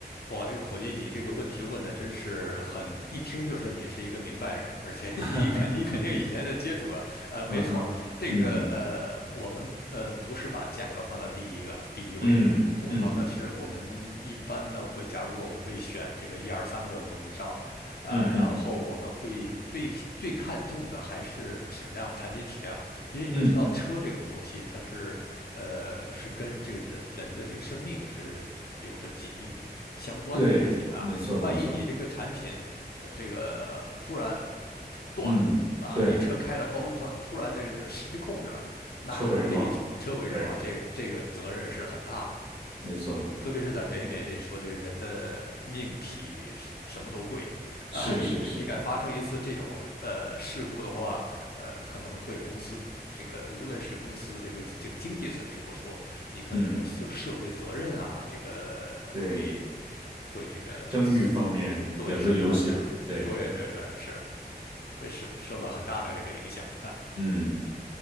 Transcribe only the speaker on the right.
<laughs>
嗯哈，
嗯
嗯嗯
嗯嗯嗯。
嗯
对，没错，
没错，嗯，对，
车毁人亡，对，
没错，
是是是，
嗯，
对，
生育方面也会有响，
对，
嗯。